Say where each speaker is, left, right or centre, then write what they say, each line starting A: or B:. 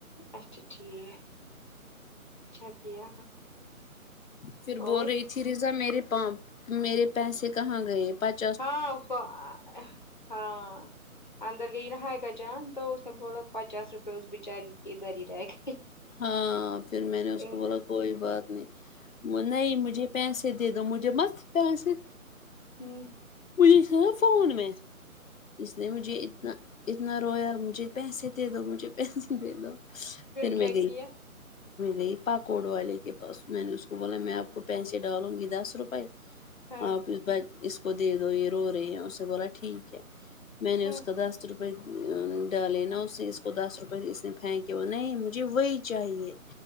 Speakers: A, on the left; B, on the left.
A: اچھا ٹھیک اچھا کیا
B: پھر
A: اور
B: بول رہی تھی ریزا میرے پ میرے پیسے کہاں گئے پت
A: ہاں اس کو آہاا ہاں اندر گئی نہ ہے کیا جان تو اس نے بولا پچاس روپئے اس بی چاری کی ادھری رہے گئی
B: ہاں پھر میں نے اس
A: ہ
B: کو بولا کوئی بات نہیں نہیں مجھے پیسے دے دو مجھے مت پیسے
A: ہمم
B: اوی فو فون میں اس نے مجھے اتنا رویا مجھے پیسے دے دو مجھے پیسے دے دو <unintelligible> پھر
A: کیا
B: میں
A: کیا
B: گئی پاکوڈوں والے کے پاس میں نے اس کو بولا میں آپ کو پیسے ڈالوں گی دس روپے
A: ہاں
B: آپ ہی بای اس کو دے دو یہ رو رہی ہے اسے بولا ٹھیک ہے میں نے
A: ہاں
B: اس کا دس روپے ڈالے نا اس نے اس کو دس روپئے اس نے پھینکے ہوا نہیں مجھے وہی چاہیے